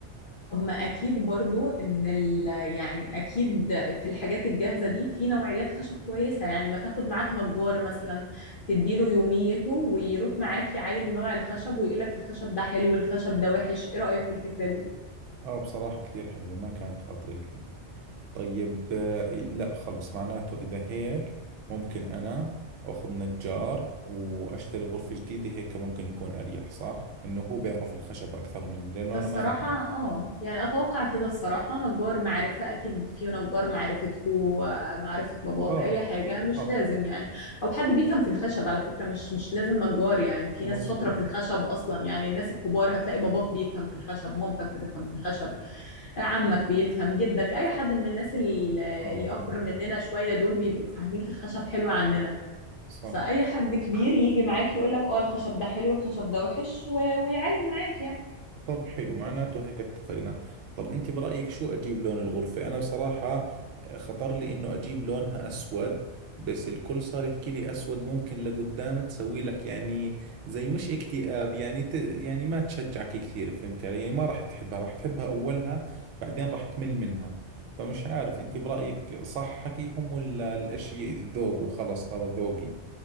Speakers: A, on the left (about 55°); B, on the right (about 80°).
A: طب ما اكيد برضو ان ال يعني اكيد في الحاجات الجاهزه دي في نوعيات خشب كويسه يعني ما تاخد معاك نجار مثلا تديله يوميته ويروح معاك يعاين نوع الخشب ويقول لك الخشب ده حلو الخشب ده وحش ايه رايك في الفكره دي
B: آه بصراحة كثير حلوة ما كانت خاطرت لي طيب آه لا خلص معناته إذا هيك ممكن أنا أخذ نجار وأشتري غرفة جديدة هيك ممكن يكون أريح صح؟ إنه هو بيعرف الخشب أكثر مني لأنه
A: الصراحة
B: أنا ما عندي
A: اه
B: علم.
A: يعني اتوقع كده الصراحة نجار معرفة اكيد في نجار معرفتكو معرفة باباك
B: آه
A: اي حاجة مش
B: آه
A: لازم يعني او حد بيفهم في الخشب على فكرة مش مش لازم نجار يعني في
B: مظبوط
A: ناس شاطرة في الخشب اصلا يعني الناس الكبار هتلاقي باباك بيفهم في الخشب مامتك بتفهم في الخشب عمك بيفهم جدك اي حد من الناس ال-
B: اه
A: اللي اكبر
B: ممكن
A: مننا شوية دول بيبقوا فاهمين في الخشب حلو عننا
B: صح
A: فأي حد كبير يجي معاك يقولك اه الخشب ده حلو الخشب ده وحش و... ويعاين معاك يعني
B: طب حلو معناته هيك اتفقنا طب انت برأيك شو اجيب لون الغرفة انا بصراحة آه، خطر لي انه اجيب لونها اسود بس الكل صار يحكي لي اسود ممكن لقدام تسوي لك يعني زي مش اكتئاب يعني ت... يعني ما تشجعك كثير فهمت علي يعني ما راح تحبها راح تحبها اولها بعدين راح تمل منها فمش عارف انت برأيك صح حكيهم ولا الاشي ذوق وخلص هذا ذوقي